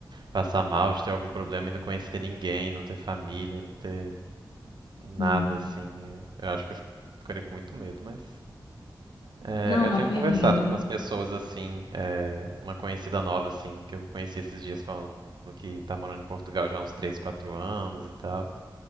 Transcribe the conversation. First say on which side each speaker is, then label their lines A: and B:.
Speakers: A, on the right; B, on the left.
A: passar mal, de ter algum problema e não conhecer ninguém, não ter família, não ter nada,
B: sim.
A: assim. Eu acho que eu ficaria com muito medo, mas É,
B: Não,
A: eu
B: uma
A: tenho
B: perrengue.
A: conversado com umas pessoas assim, é, uma conhecida nova assim, que eu conheci esses dias falando que tá morando em Portugal já há uns 3, 4 anos e tal.